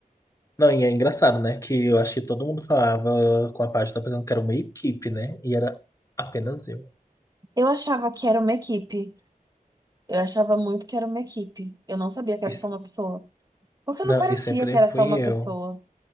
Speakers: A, on the left (about 20°); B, on the right (about 25°).
A: Não, e é engraçado, né? Que eu acho que todo mundo falava com a página pensando que era uma equipe, né? E era apenas eu.
B: Eu achava que era uma equipe. Eu achava muito que era uma equipe. Eu não sabia que era
A: E,
B: só
A: s-
B: uma pessoa. Porque
A: não,
B: não parecia
A: e sempre
B: que era
A: fui
B: só uma
A: eu.
B: pessoa.